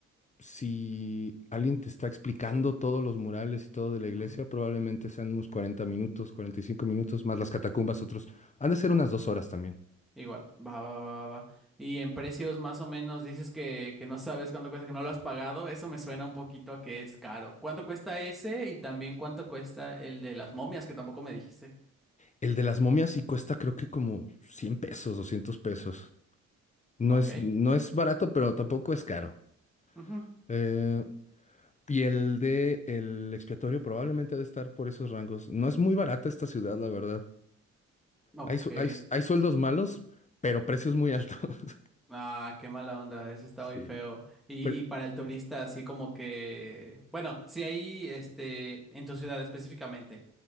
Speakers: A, on the left (about 25°); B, in the centre.
A: si alguien te está explicando todos los murales y todo de la iglesia,
B: Ujú,
A: probablemente sean unos 40 minutos, 45 minutos, más las catacumbas, otros. Han de ser
B: Va,
A: unas dos horas también.
B: igual. Va, va, va, va. va. Y en precios más o menos dices que, que no sabes cuánto cuesta, que no lo has pagado. Eso me suena un poquito a que es caro. ¿Cuánto cuesta ese? Y también cuánto cuesta el de las momias, que tampoco me dijiste.
A: El de las momias sí cuesta creo que como 100 pesos, 200 pesos. No
B: Ok.
A: es, no es barato, pero tampoco es caro.
B: Ujú,
A: Eh, Y el de el expiatorio probablemente ha de estar por esos rangos. No es muy barata esta ciudad, la verdad.
B: Ok.
A: Hay, su- hay, hay sueldos malos, pero precios muy altos. <laughs>
B: Ah, qué mala onda, eso está
A: Sí.
B: muy feo. Y,
A: Pero
B: y para el turista, así como que, bueno, si hay, este, en tu ciudad específicamente,